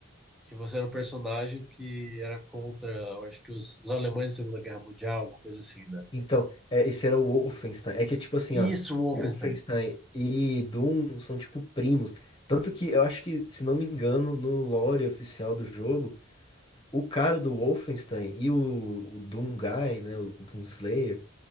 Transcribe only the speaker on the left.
Então, é, esse era o Wolfenstein. É que, tipo assim,
ó,
Wolfenstein e Doom são, tipo, primos. Tanto que eu acho que, se não me engano, no lore oficial do jogo, o cara do Wolfenstein e o, o Doom Guy, né, o Doom Slayer,